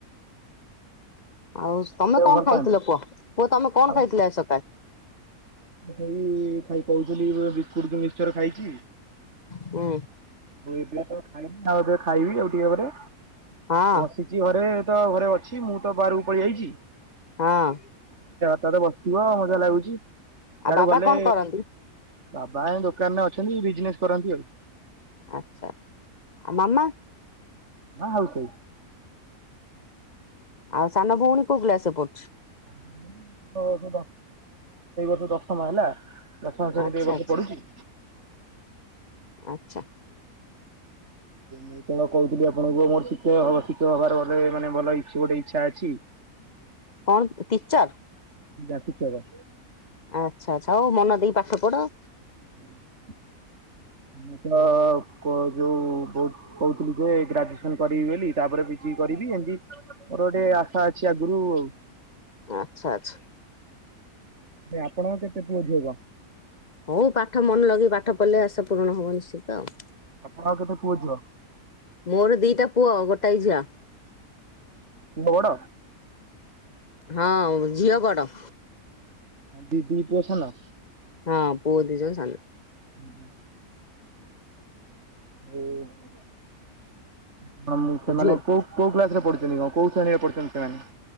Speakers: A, on the left; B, on the right.
A: ଆଉ ତମେ କଣ
B: ଭଲ
A: ଖାଇଥିଲ
B: ପାଆନ୍ତି?
A: କୁଅ କୁଅ ତମେ କଣ
B: ଆଉ
A: ଖାଇଥିଲ ଆଜି ସକାଳେ?
B: ସେଇ ଖାଇ କହୁଥିଲି ବିସ୍କୁଟ ମିଶ୍ଚର ଖାଇଛି
A: ହୁଁ
B: ଏବେ ତ ଖାଇନି। ଆଉ ଏବେ ଖାଇବି ଆଉ ଟିକେ ଘରେ
A: ହଁ
B: ବସିଛି ଘରେ। ତ ଘରେ ଅଛି ମୁଁ ତ ବାହାରକୁ ପଳେଇ ଆଇଛି।
A: ହଁ।
B: ତତେ ବସିଥିବ ଆଉ ମଜା ଲାଗୁଛି। ଇଆଡୁ
A: ଆଉ ବାବା
B: ଗଲେ
A: କଣ କରନ୍ତି?
B: ବାବା ଦୋକାନରେ ଅଛନ୍ତି ବିଜନେସ୍ କରନ୍ତି ଆଉ।
A: ଆଛା ଆଉ ମାମା?
B: ହଉଛି।
A: ଆଉ ସାନ ଭଉଣୀ କୋଉ କ୍ଲାସରେ ପଡୁଛି?
B: <unintelligible> ଏଇ ବର୍ଷ ଦଶମ ହେଲା। ଦଶହଜାର
A: ଆଚ୍ଛା ଆଚ୍ଛା
B: <unintelligible> ପଡୁଛି।
A: ଆଚ୍ଛା।
B: ମୁଁ ତଣ କହୁଥିଲି ଆପଣଙ୍କୁ ମୋର ଶିକ୍ଷ- ଶିକ୍ଷକ ହବାର ଗୋଟେ ମାନେ ଭଲ ଇ ଗୋଟେ ଇଚ୍ଛା ଅଛି।
A: କଣ ଟିଚର?
B: ଯାଖିଚୋର।
A: ଆଚ୍ଛା ଆଚ୍ଛା ହଉ ମନ ଦେଇ ପାଠ ପଢ।
B: ହୁ ମୁଁ ତ କ ଯୋଉ କହୁ କହୁଥିଲି ଯେ ଗ୍ରାଜୁଏସନ କରିବି ବୋଲି ତାପରେ ପିଜି କରିବି ଏମିତି ମୋର ଗୋଟେ ଆଶା ଅଛି ଆଗରୁ ଆଉ।
A: ଆଚ୍ଛା ଆଚ୍ଛା।
B: ଆପଣଙ୍କ କେତେ ପୁଅ ଝିଅ କଣ?
A: ହଉ ପାଠ ମନ ଲଗେଇ ପାଠ ପଢ଼ିଲେ ଆସ ପୂରଣ ହବ ନିଶ୍ଚିତ ଆଉ।
B: ଆପଣ ଆଉ କେତେ ପୁଅଝିଅ?
A: ମୋର ଦିଟା ପୁଅ ଗୋଟାଏ ଝିଅ।
B: ପୁଅ ବଡ
A: ହଁ ଝିଅ ବଡ଼।
B: ଦିଇ ଦି <unintelligible> ନ
A: ହଁ ପୁଅ ଦିଇଜଣ ସାନ।
B: ହୁଁ ହୁଁ। <unintelligible> ସେମାନେ
A: ଝୁଅ
B: କୋଉ-କୋଉ କ୍ଲାସରେ ପଢୁଛନ୍ତି କଣ କୋଉ ଶ୍ରେଣୀରେ ପଢୁଛନ୍ତି ସେମାନେ?